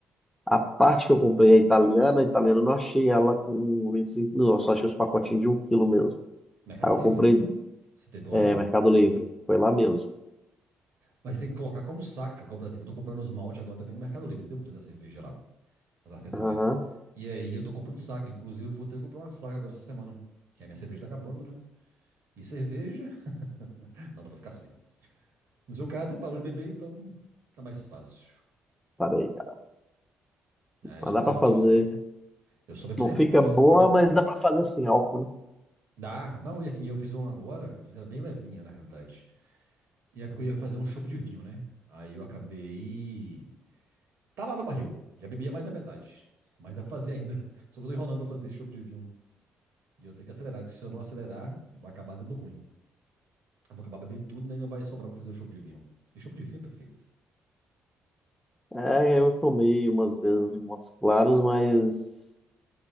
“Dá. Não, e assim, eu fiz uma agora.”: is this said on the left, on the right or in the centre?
Right